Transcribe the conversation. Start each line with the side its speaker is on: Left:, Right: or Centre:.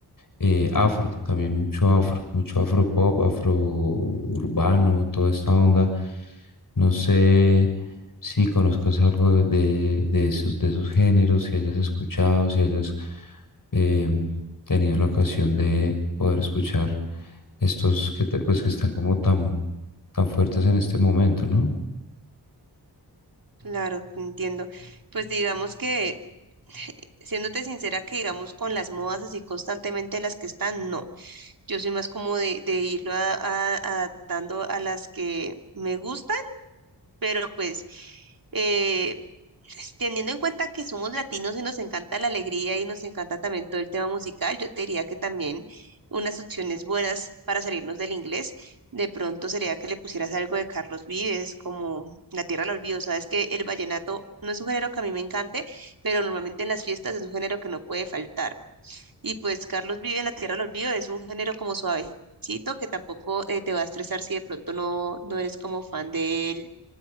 Left: eh, afro, también mucho afro, mucho afro pop, afro urbano, toda esta onda. No sé si conozcas algo de, de esos, de esos géneros, si hayas escuchado, si hayas em, tenido la ocasión de poder escuchar estos que te- pues que están como tan tan fuertes en este momento, ¿no?
Right: Claro, te entiendo. Pues digamos que, <laughs> siéndote sincera, que digamos con las modas así constantemente las que están, no. Yo soy más como de, de irlo a- a- adaptando a las que me gustan pero pues eh, pues, teniendo en cuenta que somos latinos y nos encanta la alegría y nos encanta también todo el tema musical, yo te diría que también unas opciones buenas para salirnos del inglés, de pronto sería que le pusieras algo de Carlos Vives, como La Tierra del Olvido. Sabes que el vallenato no es un género que a mí me encante, pero normalmente en las fiestas es un género que no puede faltar. Y pues Carlos Vives en La Tierra del Olvido es un género como suavecito que tampoco eh, te va a estresar si de pronto no, no eres como fan de